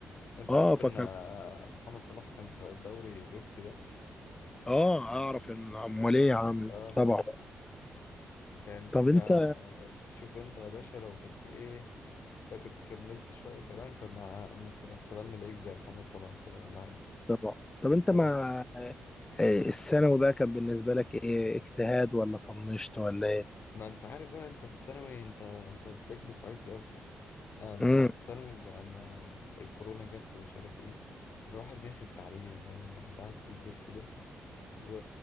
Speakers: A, on the left; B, on the left.
A: انت
B: اه
A: عارف
B: فكان
A: ان آه، محمد صلاح كان في دوري بيبسي ده
B: اه اعرف ان امال ايه يا عم
A: اه
B: طبعا
A: طب انت يعني شوف
B: طب انت
A: يا شوف انت يا باشا لو كنت ايه لو كنت كملت شوية كمان كنا ممكن احتمالنا نلاقيك زي محمد صلاح كده ولا حاجة
B: طبعا طب انت
A: ايه
B: مع آه، الثانوي بقى كان بالنسبه لك ايه اجتهاد ولا طنشت ولا ايه
A: ما انت عارف بقى انت في الثانوي انت انت تلاقيك دفعتي اصلا آه انت
B: امم
A: في الثانوي ده لما الكورونا جت ومش عارف ايه الواحد نسي التعليم فاهم الواحد قاعد في البيت كده و...